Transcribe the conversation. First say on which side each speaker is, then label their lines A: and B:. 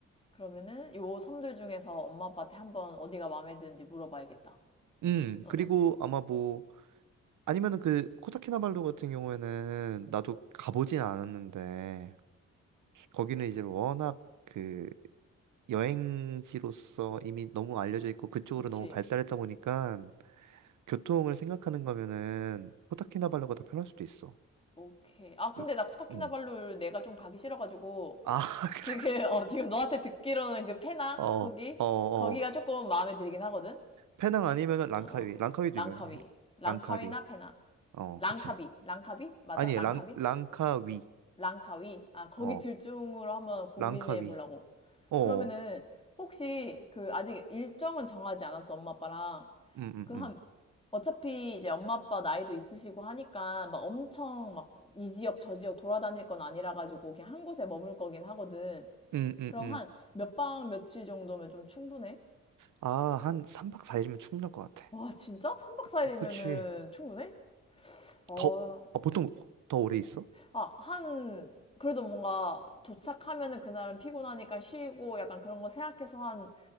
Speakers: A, on the left (about 20°); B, on the right (about 75°).
A: 그러면은 요 섬들 중에서 엄마 아빠한테 한번 어디가 마음에 드는지 물어봐야겠다.
B: 음,
A: 어,
B: 그리고
A: 어.
B: 아마 뭐 아니면은 그 코타키나발루 같은 경우에는 나도 가보진 않았는데 거기는 이제 워낙 그 여행지로서 이미 너무 알려져 있고 그쪽으로
A: 그치?
B: 너무 발달했다 보니까 교통을 생각하는 거면은 코타키나발루가 더 편할 수도 있어.
A: 오케이. 아, 근데
B: 으,
A: 나 코타키나발루
B: 어.
A: 내가 좀 가기 싫어가지고
B: 아, <laughs>
A: 지금, 어, 지금 너한테 듣기로는 그 페낭?
B: 어,
A: 거기?
B: 어, 어.
A: 거기가 조금 마음에 들긴 하거든?
B: 페낭 아니면은 랑카위.
A: 어, 어.
B: 랑카위도
A: 랑카위.
B: 유명해.
A: 랑카위나
B: 랑카위.
A: 페낭.
B: 어,
A: 랑카비.
B: 그치.
A: 랑카비? 맞아?
B: 아니,
A: 랑카비?
B: 랑, 랑카위.
A: 랑카위? 아, 거기
B: 어,
A: 둘 중으로 한번 고민해
B: 랑카위.
A: 보려고.
B: 어,
A: 그러면은, 혹시, 그, 아직 일정은 정하지 않았어, 엄마, 아빠랑.
B: 음, 음,
A: 그 한,
B: 음.
A: 어차피 이제 엄마, 아빠 나이도 있으시고 하니까, 막 엄청 막, 이 지역, 저 지역 돌아다닐 건 아니라 가지고, 그냥 한 곳에 머물 거긴 하거든.
B: 음, 음,
A: 그럼
B: 음.
A: 한, 몇 박 며칠 정도면 좀 충분해?
B: 아, 한 3박 4일이면 충분할 것 같아.
A: 와, 진짜? 3박 4일이면은
B: 어, 그치.
A: 충분해? 어,
B: 더, 아, 보통 더 오래 있어?
A: 아, 한, 그래도 뭔가 도착하면은 그날은 피곤하니까 쉬고 약간 그런 거 생각해서 한